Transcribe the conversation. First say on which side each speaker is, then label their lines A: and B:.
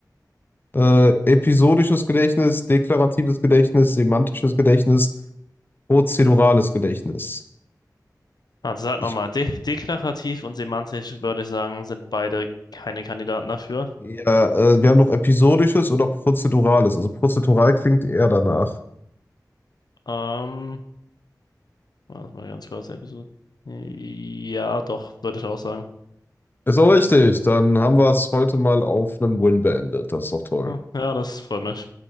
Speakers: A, on the left; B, on the left.
A: Äh, episodisches Gedächtnis, deklaratives Gedächtnis, semantisches Gedächtnis, prozedurales Gedächtnis.
B: Also sag nochmal,
A: Ich,
B: de deklarativ und semantisch würde ich sagen, sind beide keine Kandidaten dafür.
A: ja, äh, wir haben noch episodisches oder prozedurales. Also prozedural klingt eher danach.
B: Ähm, warte mal ganz kurz, Episode. Ja, doch, würde ich auch sagen.
A: Ist auch richtig. Dann haben wir es heute mal auf einem Win beendet. Das ist doch toll.
B: Hm, Ja, das freut mich.